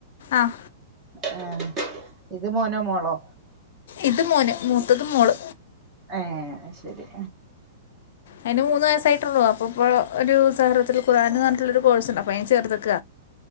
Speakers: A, on the left; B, on the right.
A: ആഹ്.
B: ഏഹേ ഇത് മോനോ മോളോ?
A: ഇത് മോന് മൂത്തത് മോള്.
B: ഏഹ് അഹ്ശരി.
A: അയ്ന് മൂന്ന് വയസ്സായിട്ടൊള്ളു. അപ്പോ ഇപ്പോ ഒരു സഹ്റത്തുൽ ഖുർആന് ന്നർഞ്ട്ടുള്ളൊരു കോഴ്സ്ണ്ട് അപ്പൊ അയിന് ചേർത്ത്ക്ക.